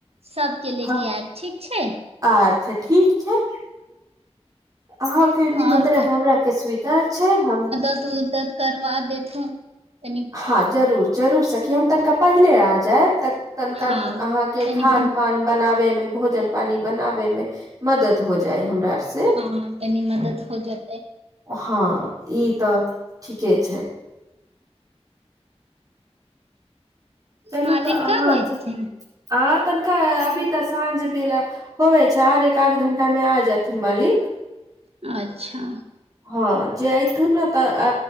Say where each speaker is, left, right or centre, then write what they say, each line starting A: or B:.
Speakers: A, on the right (about 65°); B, on the right (about 30°).
A: सबके ले
B: हँ
A: के आयब ठीक छै
B: अच्छा ठीक छै हाँ कीरनी निमत्रन
A: और
B: हमरा के स्वीकार छै हम
A: त उल <unintelligible> तकर बाद देथो तनी
B: हँ जरूर जरूर सखी हम तनिका पाहिले आ जायब त तनिका
A: हाँ
B: अहाँके
A: तनी
B: खान
A: भिन
B: पान बनाबे मे भोजन पानी बनाबे में मदद हो जाय हमारा आरसे
A: हँ तनी मदद हो जेतै
B: हँ ई तऽ ठीके छै चलू
A: मालिक
B: तऽ अहन
A: कब ऐथिन
B: अह तनिका अभी तऽ साँझ बेला होबै छै आओर एक आध घंटामे आ जेथिन मालिक
A: अच्छा
B: हँ जे एथुन नऽ तऽ अ